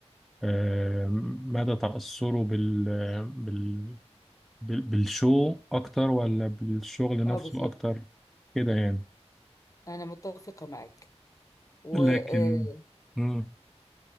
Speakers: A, in the centre; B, on the left.
A: آه مدى تأثره بال... بال... بال- بالشو اكتر ولا بالشغل نفسه
B: اه بالظبط
A: اكتر كده يعني
B: انا متفقه معاك وموضوع
A: لكن مم.